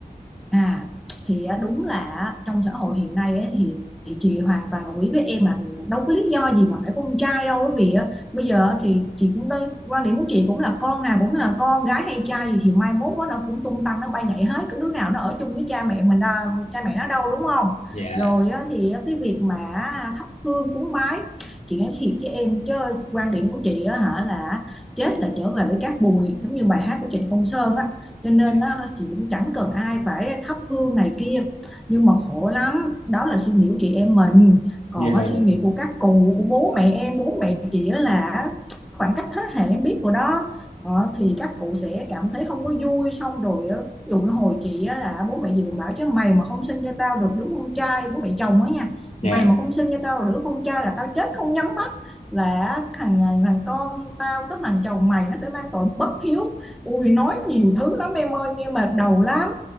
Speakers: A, in the centre; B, on the left.
A: À thì á, đúng là á, trong xã hội hiện nay ấy, thì thì chị hoàn toàn đồng ý với em mà đâu có lý do gì mà phải con trai đâu bởi vì á, bây giờ á, thì chị cũng đây quan điểm của chị cũng là con nào cũng là con gái hay trai gì thì mai mốt á, nó cũng tung tăng nó bay nhảy hết cái đứa nào nó ở chung với cha mẹ mình đâu cha mẹ nó đâu đúng không
B: dạ
A: rồi á, thì á, cái việc mà à, thắp hương cúng bái chị nói thiệt với em chứ quan điểm của chị á, hả là chết là trở về với cát bụi giống như bài hát của Trịnh Công Sơn á cho nên
B: dạ
A: á, chị cũng chẳng cần ai phải thắp hương này kia nhưng mà khổ lắm đó là suy nghĩ của chị em mình còn
B: dạ
A: á, suy nghĩ của các cụ của bố mẹ em bố mẹ chị á là khoảng cách thế hệ em biết rồi đó Ờ, thì các cụ sẽ cảm thấy không có vui xong rồi á, ví dụ như hồi chị á, là bố mẹ gì cũng bảo chứ mày mà không sinh cho tao được đứa con trai bố mẹ chồng á nha
B: Dạ.
A: mày mà không sinh cho tao được đứa con trai là tao chết không nhắm mắt là thằng à, thằng con tao tức thằng chồng mày nó sẽ mang tội bất hiếu Ui nói nhiều thứ lắm em ơi, nghe mệt đầu lắm.